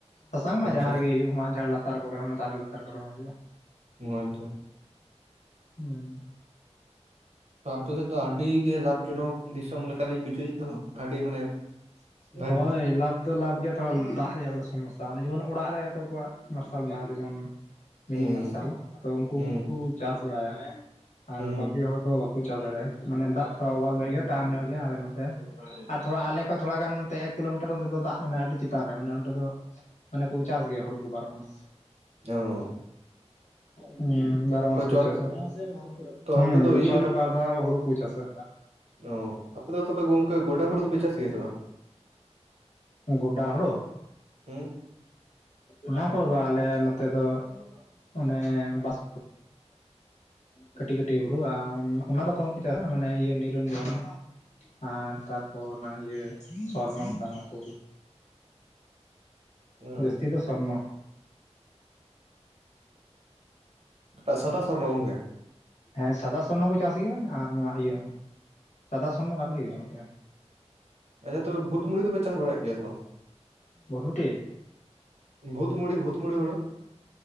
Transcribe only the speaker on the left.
ᱥᱟᱥᱟᱝ ᱢᱟ
ᱡᱟᱦᱟ ᱨᱮᱜᱮ ᱦᱩᱭᱩᱜ ᱢᱟᱜᱡᱷᱟᱲ ᱞᱟᱛᱟᱨ ᱠᱚᱨᱮ ᱦᱚᱸ ᱫᱟᱨᱮ ᱞᱟᱛᱟᱨ ᱠᱚᱨᱮ ᱦᱚᱸ ᱦᱩᱭᱩᱜᱼᱟ ᱾
ᱦᱩᱸ ᱾
ᱦᱳᱭ ᱞᱟᱵᱷᱽ ᱫᱚ ᱞᱟᱵᱷᱽ ᱜᱮᱭᱟ, ᱛᱷᱚᱲᱟ ᱫᱟᱜ ᱨᱮᱭᱟᱜ ᱚᱱᱟ ᱥᱚᱢᱚᱥᱟ ᱡᱮᱢᱚᱱ ᱚᱲᱟᱜ ᱨᱮ ᱚᱠᱚᱭ ᱠᱚᱣᱟᱜ ᱢᱟᱨᱥᱟᱞ ᱢᱮᱱᱟᱜ-ᱟ ᱡᱮᱢᱚᱱ ᱢᱤᱱᱤ
ᱢᱟᱨᱥᱟᱞ ᱛᱚ ᱩᱱᱠᱩ
ᱠᱚᱠᱩ ᱪᱟᱥ ᱵᱟᱲᱟᱭᱟ᱾ ᱟᱨ
ᱵᱟᱠᱤ ᱦᱚᱲ ᱫᱚ ᱵᱟᱠᱚ ᱪᱟᱥ ᱫᱟᱲᱮᱜᱟ᱾ ᱢᱟᱱᱮ ᱫᱟᱜ ᱛᱷᱚᱲᱟ ᱚᱵᱟᱵ ᱧᱚᱜ ᱜᱮᱭᱟ ᱴᱟᱱ ᱧᱚᱜ ᱜᱮᱭᱟ ᱟᱞᱮ ᱱᱚᱛᱮ, ᱟᱨ ᱛᱷᱚᱲᱟ ᱟᱞᱮ ᱦᱚᱭ ᱛᱷᱚᱲᱟ ᱜᱟᱱ ᱱᱚᱛᱮ ᱮᱠ ᱠᱤᱞᱳᱢᱤᱴᱟᱨ ᱚᱸᱰᱮ ᱫᱚ ᱫᱟᱜ ᱢᱮᱱᱟᱜ-ᱟ ᱟᱹᱰᱤ ᱪᱮᱛᱟᱱ ᱨᱮ ᱢᱟᱱᱮ ᱚᱸᱰᱮ ᱫᱚ ᱢᱟᱱᱮ ᱠᱚ ᱪᱟᱥ ᱜᱮᱭᱟ ᱦᱩᱲᱩ ᱠᱩ ᱵᱟᱨᱚ ᱢᱟᱥ,
ᱦᱩᱸ ᱵᱟᱨᱚ
ᱢᱟᱥ ᱠᱚ ᱪᱟᱥᱟ
ᱦᱩᱸ
ᱵᱚᱪᱷᱚᱨ
ᱨᱮ ᱵᱟᱨ ᱫᱷᱟᱣ ᱦᱩᱲᱩ ᱠᱩ ᱪᱟᱥᱟ᱾
ᱜᱳᱰᱟ ᱦᱩᱲᱳ
ᱚᱱᱟ ᱠᱚᱫᱚ ᱟᱞᱮ ᱱᱚᱛᱮ ᱫᱚ ᱚᱱᱮ ᱵᱟᱥ ᱠᱟᱹᱴᱤᱜ ᱠᱟᱹᱴᱤᱜ ᱦᱩᱲᱩ-ᱟ ᱚᱱᱟ ᱫᱚ ᱠᱚᱢ ᱠᱚ ᱪᱟᱥᱟ ᱢᱟᱱᱮ ᱤᱭᱟᱹ ᱱᱤᱨᱚᱱᱡᱚᱱ, ᱟᱨ ᱛᱟᱨᱯᱚᱨ ᱚᱱᱟ ᱤᱭᱟᱹ ᱥᱚᱨᱱᱚ ᱞᱚᱛᱟ ᱚᱱᱟ ᱠᱚ
ᱡᱟᱹᱥᱛᱤ ᱫᱚ ᱥᱚᱨᱱᱚ᱾
ᱦᱮᱸ ᱥᱟᱫᱟ ᱥᱚᱨᱱᱚ ᱠᱚ ᱪᱟᱥ ᱜᱮᱭᱟ ᱟᱨ ᱱᱚᱣᱟ ᱤᱭᱟᱹ ᱦᱚ ᱥᱟᱫᱟ ᱥᱚᱨᱚᱱᱚ ᱵᱷᱟᱞᱮ ᱦᱩᱭᱩᱜ-ᱟ ᱱᱚᱛᱮ᱾
ᱵᱷᱚᱴ ᱵᱷᱩᱴᱤ